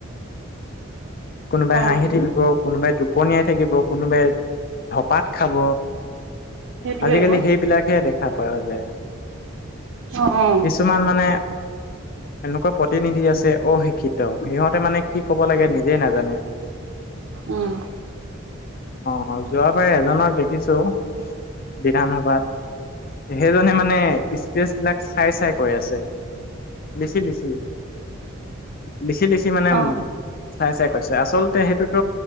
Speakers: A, on the left; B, on the right.
A: কোনোবাই
B: অ
A: হাঁহি থাকিব। টোপনীয়াই থাকিব, কোনোবাই ধপাত খাব।
B: সেইটোয়ে
A: আজিকালি
B: আকৌ
A: সেইবিলাকহে দেখা পায়, যোয়।
B: অ অ
A: কিছুমান মানে এনেকুৱা প্ৰতিনিধি আছে। অশিক্ষিত সিহঁতে মানে কি ক'ব লাগে নিজে নাজানে।
B: উম।
A: অ, যোৱাবাৰ এজনক দেখিছো, বিধানসভাত সেইজনে মানে স্পেচ বিলাক, চাই, চাই কৈ আছে, লিখি, লিখি লিখি, লিখি মানে
B: অ
A: উ, চাই, চাই কৈছে আচলতে সেইটোত ত,